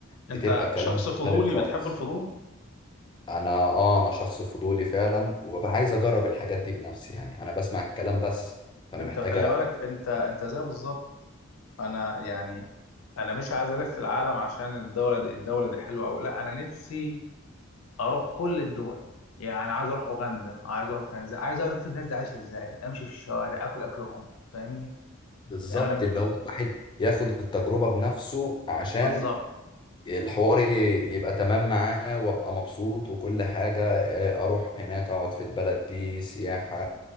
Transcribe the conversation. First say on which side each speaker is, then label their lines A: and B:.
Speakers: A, on the left (about 20°); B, on the left (about 85°).
A: بتبقى
B: انت
A: كلام
B: شخص فضولي
A: مختلف خالص
B: بتحب الفضول
A: انا اه انا شخص فضولي فعلا وببقى عايز اجرب الحاجات دي بنفسي يعني انا بسمع الكلام بس فانا
B: انت
A: محتاجه
B: خلي بالك انت انت زي بالظبط انا يعني انا مش عايز الف في العالم عشان الدولة دي الدولة دي حلوة او لا انا نفسي اروح كل الدول يعني عايز اروح اوغندا عايز اروح تنزانيا عايز اشوف الناس دي عايشة ازاي امشي في الشوارع اكل اكلهم فاهمني
A: بالظبط
B: يعني انا
A: اللي هو الواحد ياخد التجربه بنفسه عشان
B: بالظبط
A: الحوار ي- يبقى تمام معاه وابقى مبسوط وكل حاجة آه، اروح هناك اقعد في البلد دي سياحة